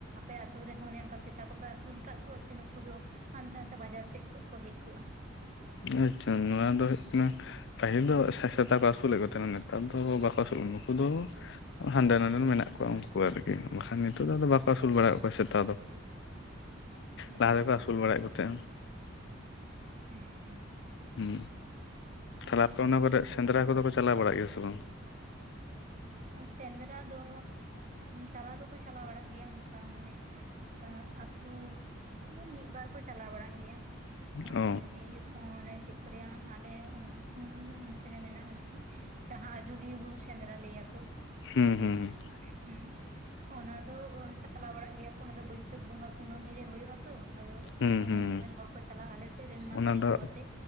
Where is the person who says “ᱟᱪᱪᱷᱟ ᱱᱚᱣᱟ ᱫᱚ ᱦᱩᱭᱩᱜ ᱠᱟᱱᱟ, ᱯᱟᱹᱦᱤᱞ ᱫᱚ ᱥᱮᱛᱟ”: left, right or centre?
Left